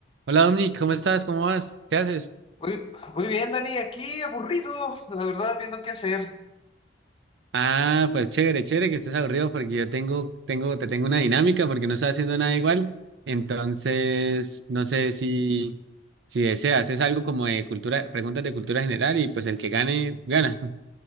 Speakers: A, on the right; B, on the left.
A: Hola Dominic, ¿cómo estás? ¿Cómo vas? ¿Qué haces?
B: Muy, muy bien, Dani, aquí aburrido, la verdad, viendo qué hacer.
A: Ah, pues chévere, chévere que estés aburrido porque yo tengo, tengo, te tengo una dinámica porque no estoy haciendo nada igual. Entonces, no sé si, si deseas, es algo como de cultura, preguntas de cultura general y pues el que gane, gana. <laughs>